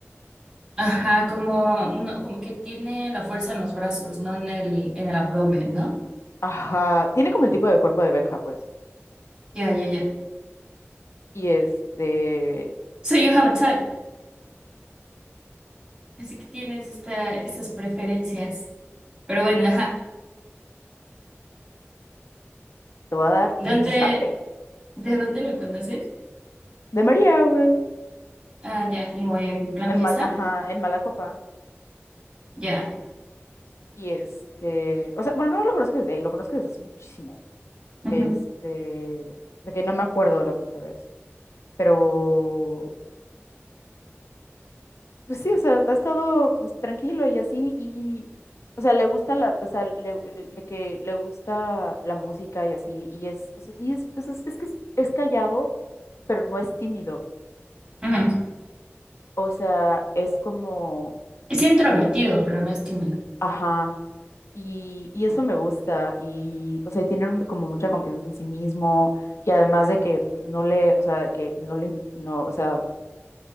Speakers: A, on the right (about 15°); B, on the left (about 75°).
A: Ajá, como, no, como que tiene la fuerza en los brazos, no en el, en el abdomen, ¿no?
B: Ajá, tiene como el tipo de cuerpo de Benja, pues.
A: Ya, ya, ya.
B: Y este,
A: So you have a type. Así que tienes esta, estas preferencias. Pero bueno, ajá.
B: te va a dar
A: ¿Dónde,
B: un zape.
A: de dónde lo conoces?
B: De María, güey.
A: Ah, ya, como en plan
B: En
A: fiesta.
B: mal, ajá, en mala copa.
A: Ya.
B: Y este, o sea, bueno, no lo conozco desde ahí, lo conozco desde hace muchísimo.
A: Ujú,
B: Este, de que no me acuerdo de la primera vez. Pero, pues sí, o sea, ha estado pues, tranquilo y así. Y, o sea, le gusta la, o sea, le, le- le que le gusta la música y así. Y es, o sea, y es, o sea, es, es que es, es callado, pero no es tímido.
A: ujú.
B: O sea, es como,
A: Es introvertido, pero no es tímido.
B: ajá. Y, y eso me gusta. Y, o sea, tienen como mucha confianza en sí mismo. Y además de que, pues, no le, o sea, que no le, im- no, o sea,